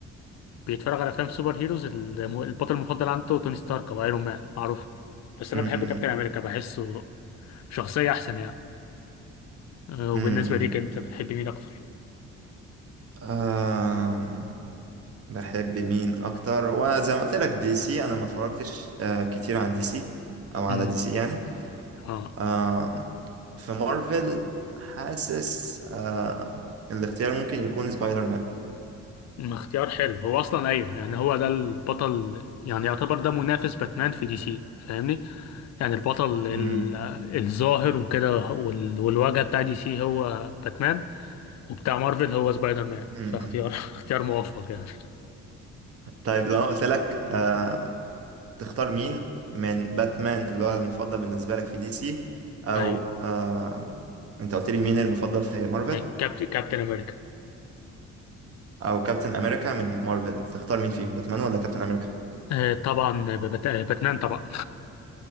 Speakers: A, on the left; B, on the right.
A: بيتفرج على افلام سوبر هيروز الم- البطل المفضل عنده توني ستارك او ايرون مان معروف بس انا
B: امم
A: بحب كابتن امريكا بحسه شخصية احسن يعني آه وبالنسبة
B: امم
A: ليك انت بتحب مين اكتر؟
B: أم، بحب مين اكتر وزي ما قلت لك دي سي انا ما اتفرجتش آه، كتير عن دي سي او على
A: امم
B: دي سي يعني
A: اه
B: آه في مارفل حاسس آه الاختيار ممكن يكون سبايدر مان
A: مم، اختيار حلو هو اصلا ايوه يعني هو ده البطل يعني يعتبر ده منافس باتمان في دي سي فاهمني يعني البطل ال-
B: مم،
A: الظاهر وكده وال- والواجهه بتاع دي سي هو باتمان وبتاع مارفل هو سبايدر مان
B: مم،
A: فاختيار
B: مم.
A: <laughs> اختيار موفق يعني
B: طيب لو أنا قلت لك آه تختار مين من باتمان اللي هو المفضل بالنسبة لك في دي سي او
A: ايوه
B: آه انت قلت لي مين المفضل في مارفل
A: يعني كابت... كابتن امريكا
B: او كابتن امريكا من مارفل تختار مين فيهم باتمان ولا كابتن امريكا
A: آه طبعا ببت... باتمان طبعا